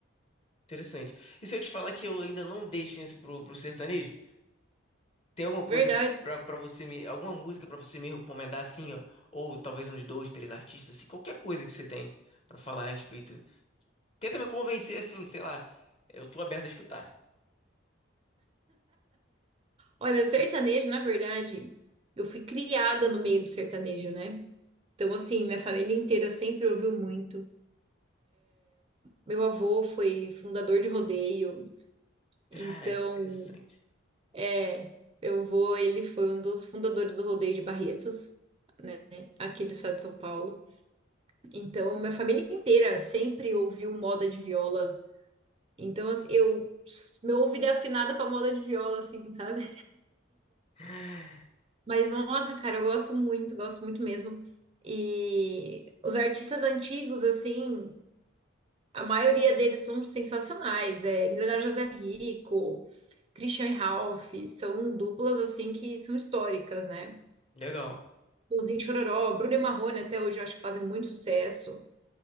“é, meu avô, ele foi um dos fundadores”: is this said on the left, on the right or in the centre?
Right